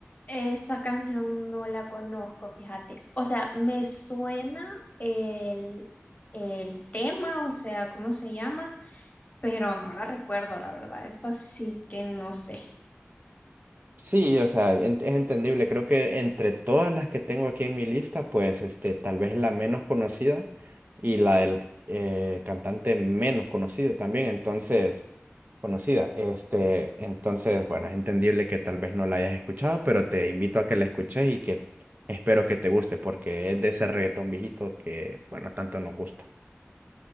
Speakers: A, on the left (about 35°); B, on the right (about 40°).
A: Esta canción no la conozco, fíjate. O sea, me suena el, el tema, o sea, cómo se llama, pero no la recuerdo, la verdad. Esta sí que no sé.
B: Sí, o sea, en- es entendible. Creo que entre todas las que tengo aquí en mi lista, pues este, tal vez la menos conocida y la del eh, cantante menos conocido también, entonces, conocida. Este, entonces, bueno, es entendible que tal vez no la hayas escuchado, pero te invito a que la escuches y que espero que te guste, porque es de ese reggaetón viejito que, bueno, tanto nos gusta.